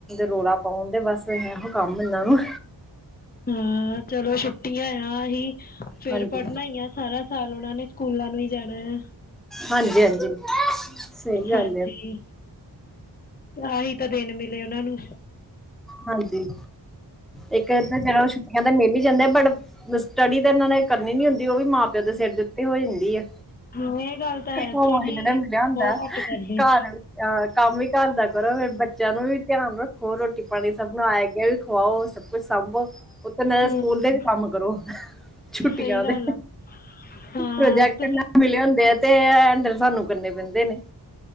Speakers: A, in the centre; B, on the left.
A: ਰੌਲਾ ਪਾਉਣ ਤੇ ਬਸ ਇਹੋ ਕੰਮ ਇਹਨਾਂ ਨੂੰ
B: ਹਾਂ ਚਲੋ ਛੁੱਟੀਆਂ ਆਹੀ ਫੇਰ
A: ਹਾਂਜੀ
B: ਪੜ੍ਹਨਾ ਹੀ ਆ ਸਾਰਾ ਸਾਲ ਉਹਨਾ ਨੇ ਸਕੂਲਾਂ ਨੂੰ ਹੀ ਜਾਣਾ ਹੈ
A: ਹਾਂਜੀ ਹਾਂਜੀ ਸਹੀ ਗੱਲ
B: ਹਾਂਜੀ
A: ਹੈ
B: ਆਹੀ ਤਾਂ ਦਿਨ ਮਿਲੇ ਉਹਨਾਂ ਨੂੰ
A: ਹਾਂਜੀ ਇੱਕ ਤਾਂ ਚਲੋ ਛੁੱਟੀਆਂ ਤਾਂ ਮਿਲ ਹੀ ਜਾਂਦੇ ਬਟ ਸਟੱਡੀ ਤਾਂ ਇਹਨਾਂ ਨੇ ਕਰਨੀ ਨੀ ਹੁੰਦੀ ਉਹ ਵੀ ਮਾਂ ਪਿਓ ਦੇ ਸਿਰ ਦੇ ਉੱਤੇ ਹੋ ਜਾਂਦੀ ਆ
B: ਹਾਂ ਇਹ ਗੱਲ ਤਾਂ ਹੈ
A: ਹੋ
B: ਸਟੱਡੀ
A: ਇਹਨਾਂ ਦਾ ਮਿਲਿਆ ਹੁੰਦਾ
B: ਬਹੁਤ ਘੱਟ ਕਰਦੇ
A: ਘਰ ਹਹ ਕੰਮ ਵੀ ਘਰ ਦਾ ਕਰੋ ਫਿਰ ਬੱਚਿਆਂ ਨੂੰ ਵੀ ਧਿਆਨ ਰੱਖੋ ਰੋਟੀ ਪਾਣੀ ਸਭ ਨੂੰ ਆਇਆ ਗਿਆ ਵੀ ਖਵਾਓ ਸਭ ਕੁੱਛ ਸਾਂਭੋ ਤੇ
B: ਹਮ
A: ਸਕੂਲ ਦੇ ਵੀ ਕੰਮ ਕਰੋ ਛੁੱਟੀਆਂ
B: ਸਹੀ ਗੱਲ
A: ਦੇ
B: ਆ ਹਾਂ
A: ਪ੍ਰੋਜੈਕਟ
B: ਤੁਸੀਂ
A: ਨਾਲ ਮਿਲੇ ਹੁੰਦੇ ਆ ਤੇ ਹੈਂਡਲ ਸਾਨੂੰ ਕਰਨੇ ਪੈਂਦੇ ਨੇ